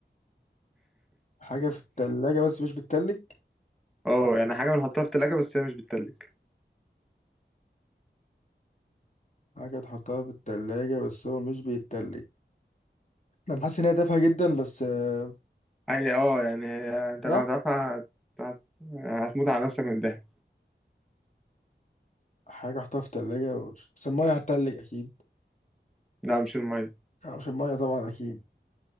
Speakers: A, on the left; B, in the centre.
A: حاجة في التلاجة بس مش بتتلج
B: اه يعني حاجة بنحطها في التلاجة بس هي مش بتتلج
A: حاجة تحطها في التلاجة بس هو مش بيتلج أنا حاسس إن هي تافهة جدا بس آه،
B: اي اه يعني هي- انت
A: لا
B: لما تعرفها هت... هت... هتموت على نفسك من الضحك
A: حاجة أحطها في التلاجة وش... بس المية هتتلج أكيد
B: لا مش المية
A: أو مش المية طبعا أكيد